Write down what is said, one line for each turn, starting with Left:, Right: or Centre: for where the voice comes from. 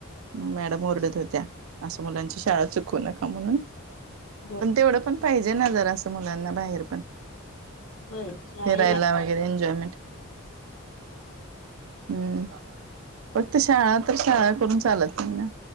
Right: मग मॅडम ओरडत होत्या असं मुलांच्या शाळा चुकू नका. म्हणून
Left: हो
Right: पण तेवढं पण पाहिजे ना जरासं मुलांना बाहेर पण.
Left: होय शाळे
Right: फिरायला वगैरे एन्जॉयमेंट. हम्म फक्त शाळा तर शाळा करून चालत नाही ना.